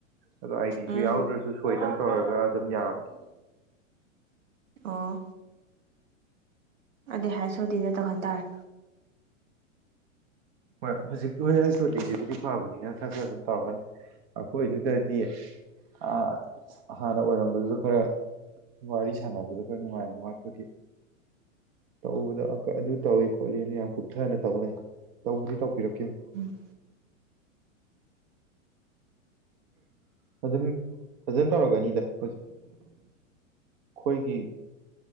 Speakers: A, on the right; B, on the right.
A: ꯑꯗꯣ ꯑꯥꯏ ꯗꯤꯗꯨ
B: ꯎꯝ
A: ꯌꯥꯎꯗ꯭ꯔꯁꯨ ꯁꯣꯏꯗꯪ ꯇꯧꯔꯒ ꯑꯗꯨꯝ ꯌꯥꯕꯅꯤ
B: ꯑꯣ ꯑꯗꯤ ꯍꯥꯏ ꯁꯣ ꯗꯤ ꯗ ꯇꯧꯍꯟ ꯇꯥꯔꯦ
A: ꯍꯣꯏ ꯍꯧꯖꯤꯛ ꯍꯩꯁ ꯑꯣ ꯗꯤ ꯁꯤꯕꯨꯗꯤ ꯐꯕꯅꯤꯅ ꯁꯠ ꯁꯠ ꯑꯗꯨꯝ ꯇꯧꯔꯀꯅꯤ ꯑꯩꯈꯣꯏꯗꯨꯗꯗꯤ ꯑꯥ ꯍꯥꯟꯅ ꯑꯣꯏꯔꯝꯕꯗꯨꯗ ꯈꯔꯥ ꯋꯥꯔꯤ ꯁꯥꯟꯅꯕꯗ ꯈꯔꯥ ꯅꯨꯡꯉꯥꯏꯕ ꯋꯥꯠꯄꯒꯤ ꯇꯧꯕꯗ ꯑꯀ ꯑꯗꯨ ꯇꯧꯋꯤ ꯈꯣꯠꯂꯤꯅ ꯌꯥꯝ ꯀꯨꯞꯊꯅ ꯇꯧ ꯂꯩ ꯇꯧꯕꯗꯤ ꯇꯧꯕꯤꯔꯛꯀꯦꯅꯦ
B: ꯎꯝ
A: ꯑꯗꯨꯝ ꯐꯖꯅ ꯇꯧꯔꯀꯅꯤꯗ ꯍꯧꯖꯤꯛ ꯈꯣꯏꯒꯤ